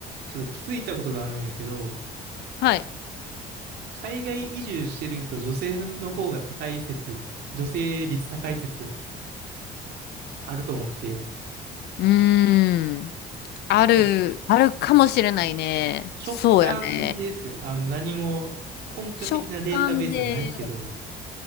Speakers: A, on the right (about 70°); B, on the left (about 75°).
A: ちょっと気づいたことがあるんやけど、
B: はい。
A: 海外移住してる人、女性の方が高い説、女性率高い説あると思って、
B: うーん。ある、
A: いや、
B: あるかもしれないね。
A: 直感ですよ。
B: そうやね。
A: あの、何も根拠的なデータベースはないけど、
B: 直感で。